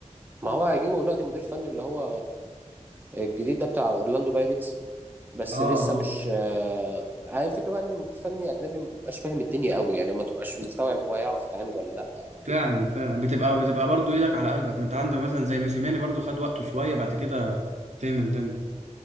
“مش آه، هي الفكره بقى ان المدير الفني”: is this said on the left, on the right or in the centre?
Right